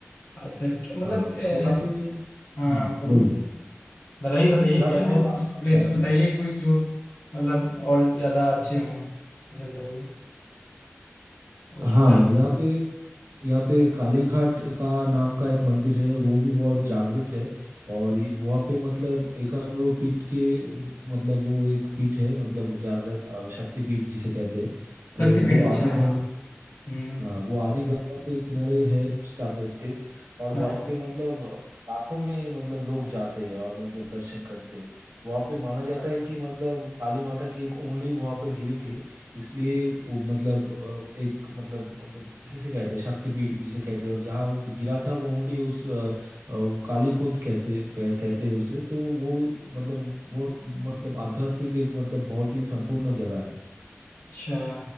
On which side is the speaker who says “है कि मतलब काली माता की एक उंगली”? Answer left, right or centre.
Right